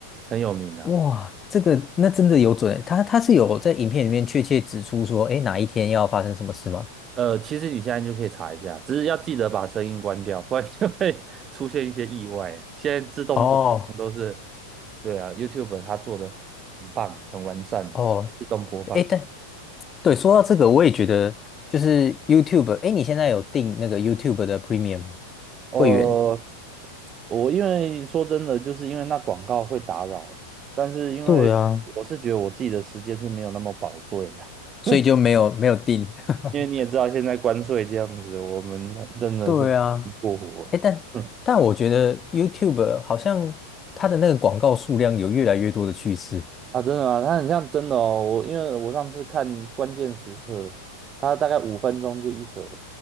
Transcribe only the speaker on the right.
很有名的、
呃，其实你现在就可以查一下，只是要记得把声音关掉，不然就会 <laughs> 出现一些意外啊。现在自动播放都是，
对啊，YouTube 它做的很棒，很完善，
自动播放。
哦、
我因为说真的，就是因为那广告会打扰了，但是因为我是觉得我自己的时间是没有那么宝贵的，
<laughs>
因为你也知道现在关税这样子，我们真的是不过活了。
<laughs> 嗯
啊，真的啊，它很像真的哦。我因为我上次看关键时刻，它大概五分钟就一折了，